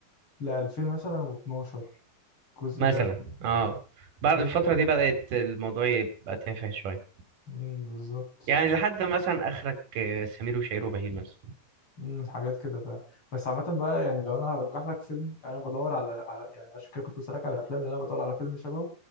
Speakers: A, on the left; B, on the right.
A: ل 2000 مثلا و12 الجزء
B: مثلا
A: ده يعني
B: اه بعد
A: هي
B: الفتره دي بدات الموضوع يبقى تافه شويه
A: أمم، بالظبط
B: يعني لحد مثلا اخرك آه، سمير وشهير وبهير مثلا
A: مم، حاجات كده فاهم بس عامة بقى يعني لو أنا هرجح لك فيلم أنا بدور على على- يعني عشان كده كنت بسألك على أفلام لأن أنا بدور على فيلم شبهه